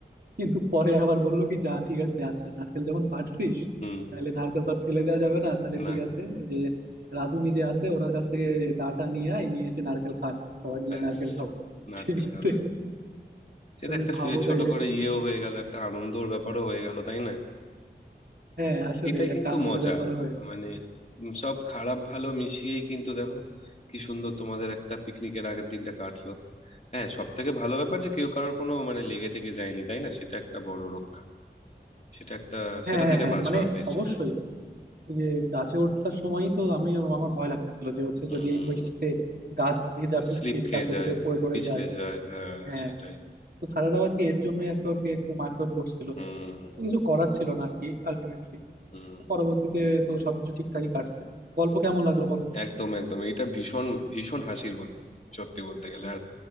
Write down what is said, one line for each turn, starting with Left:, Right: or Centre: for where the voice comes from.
Right: কিন্তু পরে আবার বললো কি যা ঠিক আছে আচ্ছা নারকেল যখন পাড়ছিস
Left: হুম
Right: তাহলে নারকেল তো আর ফেলে দেওয়া যাবে না তাহলে
Left: না
Right: ঠিক আছে এই যে রাধুনি যে আছে ওনার কাছ থেকে দাটা নিয়ে আয় নিয়ে এসে নারকেল কাট সবাই মিলে
Left: ব্যাস
Right: নারকেল খাও
Left: নারকেল
Right: <laughs> ঠিক আছে
Left: খাবে সেটা
Right: তুমি
Left: একটা
Right: ভাবো
Left: ফে- ছোট
Right: তাইলে
Left: করে ইয়েও হয়ে গেল একটা আনন্দর ব্যাপারও হয়ে গেল তাই না
Right: হ্যাঁ আসলে
Left: এটাই কিন্তু
Right: একটা আনন্দের
Left: মজা
Right: ব্যাপারও হয়ে গেল।
Left: মানে উম সব খারাপ ভালো মিশিয়েই কিন্তু দেখো কি সুন্দর তোমাদের একটা পিকনিকের আগের দিনটা কাটলো হ্যাঁ সব থেকে ভালো ব্যাপার যে কেউ কারোর কোনো মানে লেগে টেগে যায়নি তাই না সেটা একটা বড় রক্ষা সেটা একটা
Right: হ্যাঁ
Left: সেটা
Right: হ্যাঁ
Left: থেকে
Right: হ্যাঁ
Left: বাঁচোয়া
Right: মানে
Left: পেয়েছো
Right: অবশ্যই ওই যে গাছে ওঠার সময়ই তো আমি আমার ভয় লাগতেছিল যে হচ্ছে
Left: হুম
Right: যদি এই বৃষ্টিতে গাছ ভেজা পিচ্ছিল
Left: স্লিপ খেয়ে
Right: তারপর
Left: যায়
Right: যদি কেউ পড়ে টরে
Left: পিছলে
Right: যায়
Left: যায় হ্যাঁ
Right: হ্যাঁ
Left: সেটাই
Right: তো স্যারেরাও আর কি এর জন্যই আর কি ওকে একটু মারধর করছিল
Left: হুম
Right: তো
Left: হুম
Right: কিছু করার ছিল না আর কি আলটিমেটলি
Left: হুম
Right: পরবর্তীতে তো সবকিছু ঠিকঠাকই কাটছে গল্প কেমন লাগলো বলো
Left: একদম একদম এটা ভীষণ ভীষণ হাসির গল্প সত্যি বলতে গেলে আর